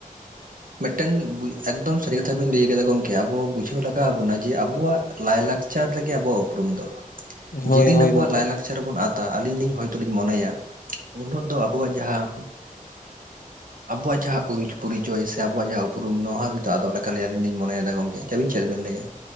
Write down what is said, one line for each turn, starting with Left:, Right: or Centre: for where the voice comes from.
Right: ᱢᱮᱫᱴᱮᱱ ᱮᱠᱫᱚᱢ ᱥᱟᱹᱨᱤ ᱠᱟᱛᱷᱟ ᱵᱮᱱ ᱞᱟᱹᱭ ᱟᱠᱟᱫᱟ ᱜᱚᱝᱠᱮ ᱟᱵᱚ ᱵᱩᱡᱷᱟᱹᱣ ᱞᱟᱜᱟᱣ ᱵᱚᱱᱟ ᱡᱮ ᱟᱵᱚᱣᱟᱜ ᱞᱟᱭᱼᱞᱟᱠᱪᱟᱨ ᱨᱮᱜᱮ ᱟᱵᱚᱣᱟᱜ ᱩᱯᱨᱩᱢ ᱫᱚ
Left: ᱦᱳᱭ
Right: ᱡᱮᱫᱤᱱ
Left: ᱦᱳᱭ
Right: ᱟᱵᱚᱣᱟᱜ
Left: ᱜᱚᱝᱠᱮ
Right: ᱞᱟᱭᱼᱞᱟᱠ ᱨᱮᱵᱚᱱ ᱟᱛᱟ ᱟᱹᱞᱤᱧ ᱞᱤᱧ ᱦᱚᱭᱛ ᱞᱤᱧ ᱢᱚᱱᱮᱭᱟ ᱩᱱᱟᱹᱜ ᱫᱚ ᱟᱵᱚᱣᱟᱜ ᱡᱟᱦᱟᱸ ᱟᱵᱚᱣᱟᱜ ᱡᱟᱦᱟᱸ <unintelligible> ᱯᱚᱨᱤᱪᱚᱭ ᱥᱮ ᱟᱵᱚᱣᱟᱜ ᱡᱟᱦᱟᱸ ᱩᱯᱨᱩᱢ ᱱᱚᱣᱟ ᱦᱚᱸ ᱠᱤᱱᱛᱩ ᱟᱫᱚᱜ ᱞᱮᱠᱟᱞᱤᱧ ᱟᱹᱞᱤᱧᱞᱤᱧ ᱢᱚᱱᱮᱭᱫᱟ ᱜᱚᱝᱠᱮ᱾ ᱟ. ᱵᱤᱱ ᱪᱮᱫ ᱵᱮᱱ ᱞᱟᱹᱭᱟ